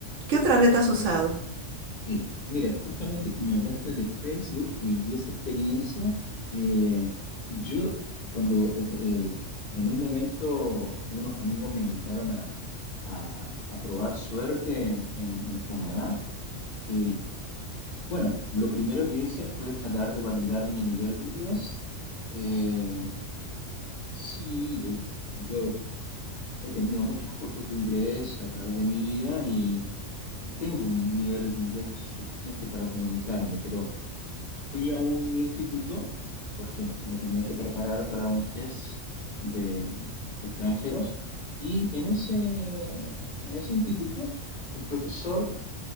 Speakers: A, on the right; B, on the left.
A: ¿Qué otra red has usado?
B: Sí, mira, justamente que me hablaste de Facebook y, y esa experiencia, eh, yo cuando eh, eh, en un momento unos amigos me invitaron a, a- a probar suerte en, en Canadá, y bueno, lo primero que hice fue tratar de validar mi nivel de inglés. Eh, sí, eh, yo he tenido muchos cursos de inglés a través de mi vida y y tengo un nivel de inglés suficiente para comunicarme, pero... Fui a un instituto porque me tenía que preparar para un test de, de extranjeros y en ese, en ese instituto el profesor,